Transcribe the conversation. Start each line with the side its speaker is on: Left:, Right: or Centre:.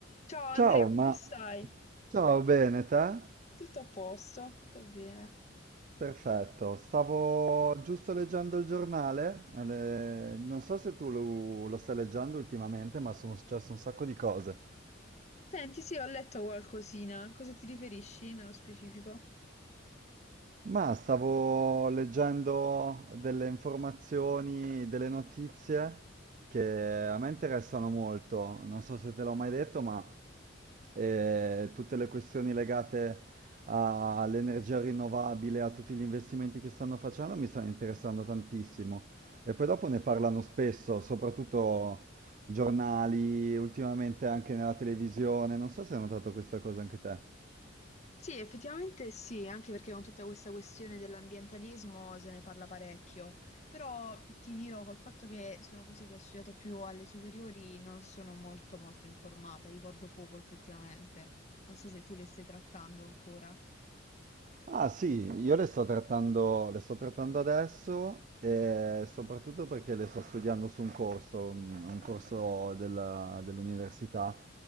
Left: Ciao Andrea,
Right: Ciao, ma
Left: come stai?
Right: ciao, bene, te?
Left: Tutto a posto, tutto bene.
Right: Perfetto, stavo giusto leggendo il giornale, eh, non so se tu lo, lo stai leggendo ultimamente, ma sono successe un sacco di cose.
Left: Senti, sì, ho letto qualcosina. A Cosa ti riferisci nello specifico?
Right: Ma stavo leggendo delle informazioni, delle notizie che a me interessano molto. Non so se te l'ho mai detto, ma eh, tutte le questioni legate a- all'energia rinnovabile, a tutti gli investimenti che stanno facendo, mi stanno interessando tantissimo. E poi dopo ne parlano spesso, soprattutto giornali, ultimamente anche nella televisione. Non so se hai notato questa cosa anche te.
Left: Sì, effettivamente sì, anche perché con tutta questa questione dell'ambientalismo se ne parla parecchio, però ti dirò col fatto che sono cose che ho studiato più alle superiori non sono molto molto informata, ricordo poco effettivamente. Non so se tu le stai trattando ancora.
Right: Ah sì, io le sto trattando, le sto trattando adesso e soprattutto perché le sto studiando su un corso, un un corso della- dell'università